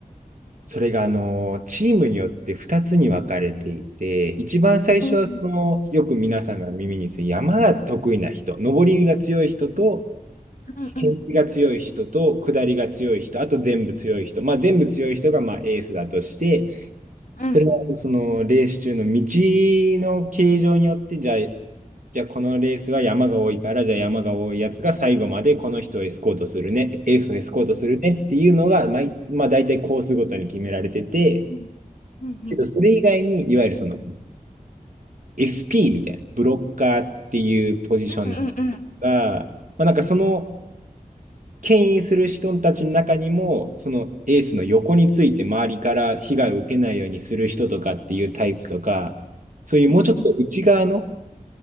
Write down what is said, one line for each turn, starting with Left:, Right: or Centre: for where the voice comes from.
Right: それが、あの、チームによって2つに分かれていて、一番最初はその、
Left: うん
Right: よく皆さんが耳にする山が得意な人、登りが強い人と、
Left: うんうん
Right: 平地が強い人と、下りが強い人、あと全部強い人、まあ、全部強い人がまあエースだとして、
Left: うん
Right: それはそのレース中の道の形状によってじゃあ、じゃあこのレースは山が多いからじゃあ山が多いやつが最後までこの人をエスコートするねエースをエスコートするねっていうのがまあ、いまあ、大体コースごとに決められてて
Left: うんうんうん
Right: けどそれ以外にいわゆるその SP みたいなブロッカーっていうポジション
Left: うんうん
Right: が、まあ、なんかその牽引する人たちの中にも、そのエースの横について周りから被害を受けないようにする人とかっていうタイプとか、そういうもうちょっと内側の
Left: うんうん